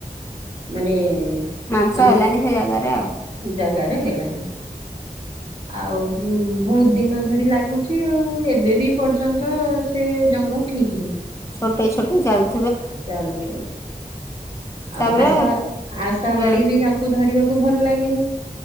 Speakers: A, on the right (about 35°); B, on the left (about 20°).
A: ମାନେ
B: ମାଂସ
A: ମାନେ
B: ଏଲାନି ସେ ୟାଗାରେ ଆଉ
A: ଜାଗାରେ ହେଲା ଆଉ ଭୋଉତ ଦିନ ଧରି ଲାଗୁଛି ଆଉ ଏବେ ବି ପର୍ଯ୍ୟନ୍ତ ସେ ଜଘଂ ଠିକ୍
B: ଛୋଟେଇ ଛୋଟ୍ ଟେ ଜାଲ୍
A: ଚାଲୁଚନ୍ତି।
B: ତାପରେ
A: ଆଉ ଆଶା ଆଶା
B: ହୁଁ
A: ବାଡ଼ି ବି ତାଙ୍କୁ ଧରିବା କୁ ଭଲ୍ ଲାଗେନି